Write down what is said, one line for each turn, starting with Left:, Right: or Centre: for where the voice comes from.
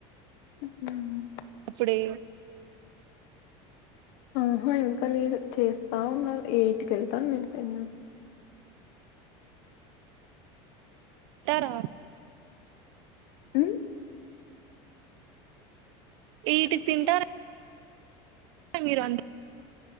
Left: <inaudible>
Right: అప్పుడే
Left: ఆహా ఇంకా లేదు చేస్తా ఉన్నారు ఎయిట్కి వెళ్తాను తినడానికి
Right: తర
Left: ఉం
Right: ఎయిట్ కి తింటారా మీరు